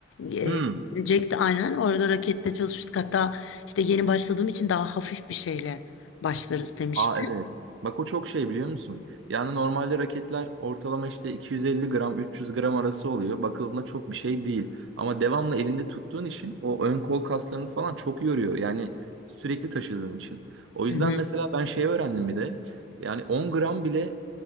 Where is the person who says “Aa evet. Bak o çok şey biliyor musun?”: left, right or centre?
Right